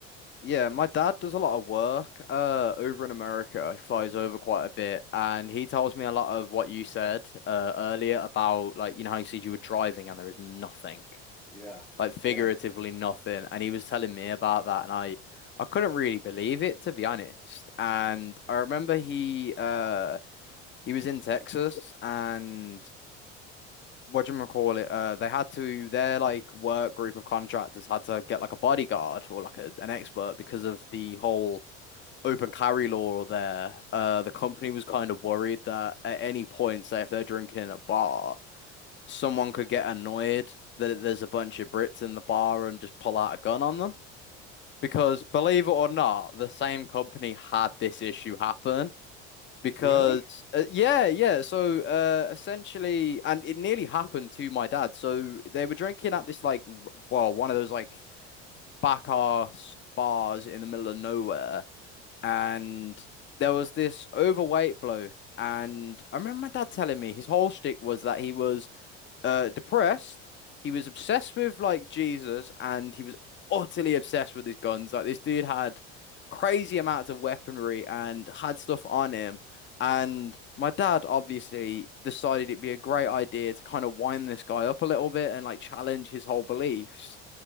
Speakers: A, on the left (about 35°); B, in the centre.
A: Yeah, my dad does a lot of work uh over in America. He flies over quite a bit, and he tells me a lot of what you said uh earlier about like you know how you said you were driving and there is nothing.
B: Yeah.
A: like figuratively
B: Yeah.
A: nothing. And he was telling me about that, and I I couldn't really believe it to be honest. And I remember he uh he was in Texas, and what do you call it? Uh, they had to their like work group of contractors had to get like a bodyguard or like a, an expert because of the whole. Open carry law there. Uh, the company was kind of worried that at any point, say if they're drinking in a bar, someone could get annoyed that there's a bunch of Brits in the bar and just pull out a gun on them. Because believe it or not, the same company had this issue happen. Because
B: Really?
A: uh, yeah, yeah. So uh, essentially, and it nearly happened to my dad. So they were drinking at this like, r- well, one of those like back arse bars in the middle of nowhere, and there was this overweight bloke. And I remember my dad telling me his whole shtick was that he was uh depressed. He was obsessed with like Jesus and he was utterly obsessed with his guns. Like this dude had crazy amounts of weaponry and had stuff on him. And my dad obviously decided it'd be a great idea to kind of wind this guy up a little bit and like challenge his whole beliefs.